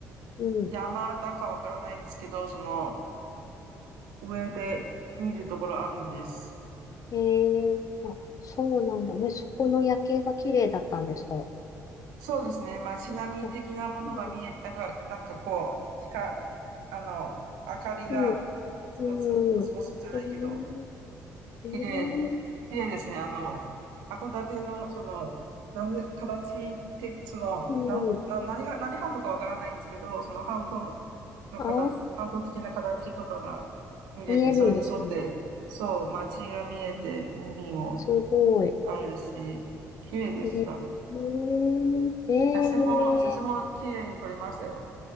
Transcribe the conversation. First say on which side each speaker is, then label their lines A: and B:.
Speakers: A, on the left (about 55°); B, on the right (about 80°).
A: うん。
B: 山田かわからないんですけど、その上で見るところあるんです。
A: ええあ、そうなんだ。え、そこの夜景が綺麗だったんですか
B: そうですね。街並み的なものが見えて、
A: あ、う
B: なんか、なんかこう、光、あの、明かりがポツポツ、
A: ん、うん、
B: ポツポツじゃないけど、
A: うん。ええええ
B: 綺麗、綺麗ですね。あの、函館の、その、何、形て、その、
A: うん。
B: なん、な、何が、何半島かわからないんですけど、その半島の形、
A: ああ、
B: 半島的な形とかが見れて、
A: 見えるんですね。
B: それに沿って、そう、街が見えて、海も
A: すごい。
B: あるし、綺麗でした。
A: えー、えー、
B: 写真も、写真も綺麗に撮れましたよ。